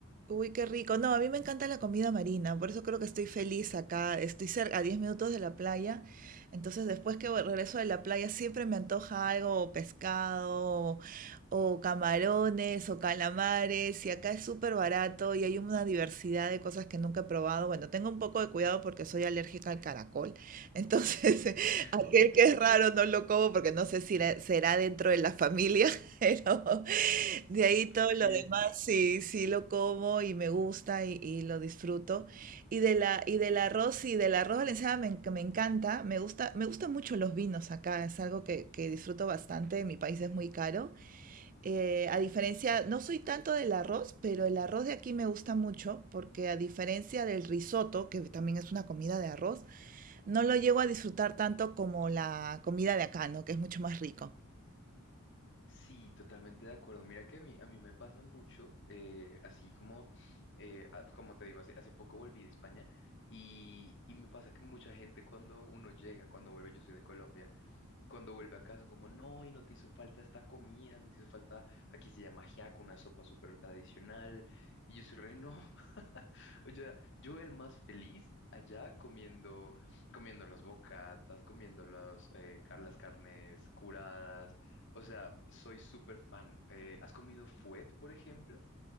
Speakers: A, on the right (about 40°); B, on the left (about 55°).
A: Uy, qué rico. No, a mí me encanta la comida marina, por eso creo que estoy feliz acá. Estoy cerca, a 10 minutos de la playa. Entonces, después que regreso de la playa, siempre me antoja algo, pescado, o camarones, o calamares. Y acá es súper barato y hay una diversidad de cosas que nunca he probado. Bueno, tengo un poco de cuidado porque soy alérgica al caracol. Entonces, <laughs>
B: <laughs>
A: aquel que es raro no lo como porque no sé si era- será dentro de la familia, <laughs> pero. De ahí todo
B: Ok.
A: lo demás sí, sí lo como y me gusta y, y lo disfruto. Y de la, y del arroz, y del arroz valenciano me, enc- me encanta, me gusta, me gustan mucho los vinos acá, es algo que, que disfruto bastante, en mi país es muy caro. Eh, a diferencia, no soy tanto del arroz, pero el arroz de aquí me gusta mucho, porque a diferencia del risotto, que también es una comida de arroz, no lo llego a disfrutar tanto como la comida de acá, ¿no? Que es mucho más rico.
B: Sí, totalmente de acuerdo. Mira que a mí, a mí me pasa mucho, eh, así como, eh, ah, como te digo, hace, hace poco volví de España y, y me pasa que mucha gente cuando uno llega, cuando vuelve, yo soy de Colombia, cuando vuelve a casa, como, no, y no te hizo falta esta comida, no te hizo falta, aquí se llama ajiaco, una sopa súper tradicional, y yo soy re, no, <laughs> o sea, yo el más feliz allá comiendo, comiendo las bocatas, comiendo los, eh, car- las carnes curadas, o sea, soy súper fan. Eh, ¿has comido fuet, por ejemplo?